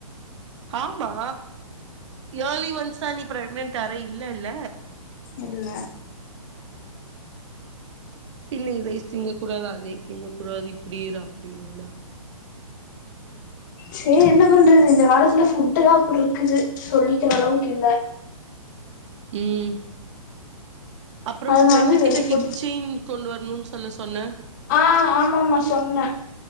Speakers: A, on the right; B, on the left.
A: ஆமா யாலி ஒன்சானி பிரெக்னன்ட் ஆரா இல்ல இல்ல
B: இல்ல
A: பின்ன இதை திங்க கூடாது அதே திங்க கூடாது இப்படிற அப்படிறனா
B: சேரி என்ன பண்றது இந்த காலத்துல புஃட்டு் எல்லா அப்டி இருக்குது சொல்லிக்கிற அளவுகில்ல
A: ம் அப்புறம்
B: அதனாலதா
A: உன் ஃப்ரெண்டு கிட்ட
B: வெளி ஃபுட்
A: ஹிப் செயின் கொண்டு வர ம்னு சொல்ல சொன்னேன்
B: ஆஹ் ஆமா ஆமா சொன்னேன்